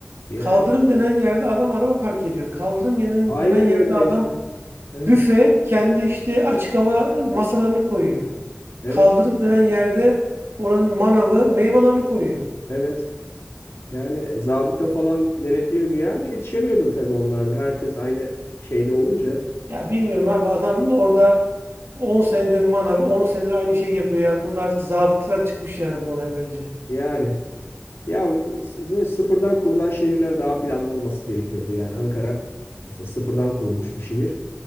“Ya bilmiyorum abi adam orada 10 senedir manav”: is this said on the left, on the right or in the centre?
Right